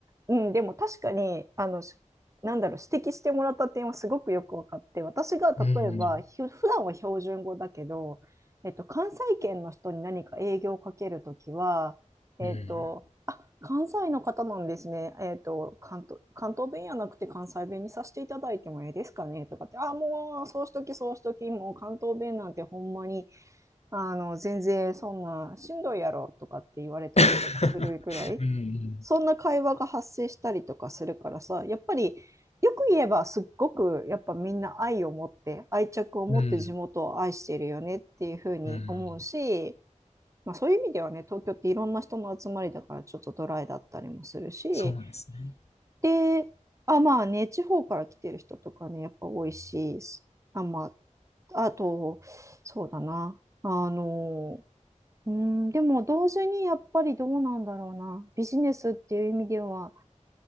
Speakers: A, on the right; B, on the left.
A: うん、でも確かに、あの、しなんだろう、指摘してもらった点はすごくよく分かって、私が例えば、
B: うん。
A: ひょ普段は標準語だけど、えっと、関西圏の人に何か営業をかけるときは、えっと、
B: うん。
A: 「あ、関西の方なんですね。えっと、関東関東弁やなくて関西弁にさせていただいてもええですかね」とかって、「あ、もう、そうしときそうしとき、もう関東弁なんてほんまにあの、全然そんな「しんどいやろ」とかって言われたりとかするぐらい、
B: <laughs> うん
A: そんな会話が発生したりとかするからさ、やっぱり、よく言えばすっごくやっぱみんな愛を持って、愛着を持って地元を愛してるよねっていう風に思うし、
B: うん。うんうん。
A: まあ、そういう意味ではね、東京っていろんな人の集まりだからちょっとドライだったりもするし、
B: そうなんですね。
A: で、あ、まあね、地方から来てる人とかね、やっぱ多いし、あ、まあ、あと、そうだな、あのうーん、でも同時にやっぱりどうなんだろうな、ビジネスっていう意味では、